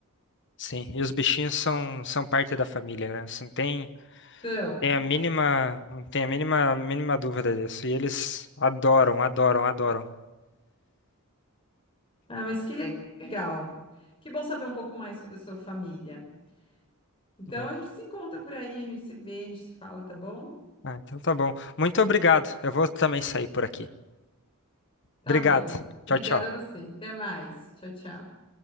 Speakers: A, on the left; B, on the left.
A: Sim, e os bichinhos são, são parte da família, né? Assim, não tem,
B: Então,
A: tem a mínima, não tem a mínima, mínima dúvida disso. E eles adoram, adoram, adoram.
B: Ah, mas que legal. Que bom saber um pouco mais sobre a sua família. Então
A: né?
B: a gente se encontra por aí, a gente se vê, a gente se fala, tá bom?
A: Ah, então tá bom. Muito obrigado. Eu vou também sair por aqui.
B: Tá
A: Obrigado.
B: bom. Obrigada
A: Tchau, tchau.
B: a você. Até mais. Tchau, tchau.